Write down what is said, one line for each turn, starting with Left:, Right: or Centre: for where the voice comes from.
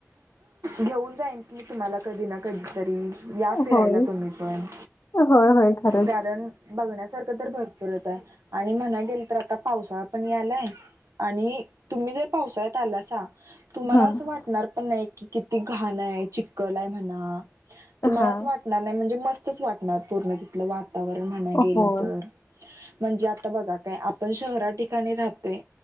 Right: घेऊन जाईन की तुम्हाला कधी ना कधी या फिरायला
Left: होय
Right: तुम्ही पण
Left: होय होय खरंच
Right: कारण बघण्यासारखं भरपूर आणि म्हणायला गेले तर आता पावसाळा पण यालाय आणि तुम्ही जर पावळ्यात आला तुम्हाला
Left: हम्म
Right: असं वाटणार पण नाही कि किती घाण आहे चिखल आहे म्हणा तुम्हालाच
Left: हा
Right: वाटणार नाही म्हणजे मस्तच वाटणार पूर्ण तिथ वा वातावरण म्हणायला गेलं
Left: होय
Right: तर म्हणजे आता बघा काय आपण शहरा ठिकाणी राहतोय